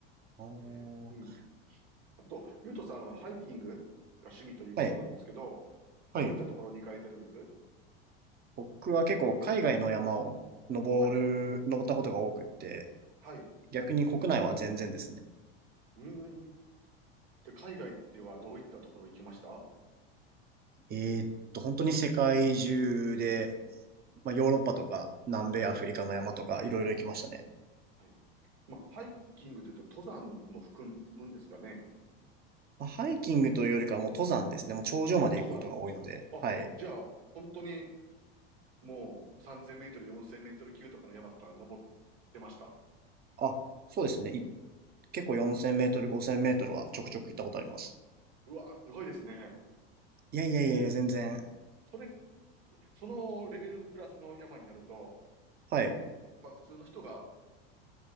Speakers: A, on the right (about 30°); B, on the right (about 70°).
A: あー
B: えーうんあと、ゆうとさんはハイキングが趣味ということなんですけど、
A: はい。はい。
B: どういったところに行かれてるんです
A: 僕は結構海外の山を登る、
B: はい、
A: 登ったことが多くって、
B: はい。
A: 逆に国内は全然ですね。
B: うーん。じゃ海外ではどういったところ行きました
A: えーっと、本当に世界中で、まあ、ヨーロッパとか南米アフリカの山とかいろいろ行きましたね。
B: はい、はい、はい。まあ、ハイキングというと登山も含むんですかね
A: まあ、ハイキングというよりかはもう登山ですね。もう頂上まで行くことが多いので。
B: 登山、登山。あ、
A: はい。
B: じゃあ、本当にもう3000メートル、4000メートル級とかの山とか登ってました。
A: あ、そうですね。い結構4000メートル、5000メートルはちょくちょく行ったことあります。
B: うわ、すごいですね。
A: いやいやいやいや、
B: へえ。
A: 全然。
B: それ、そのレベルのクラスの山になると、
A: はい。
B: やっぱ普通の人が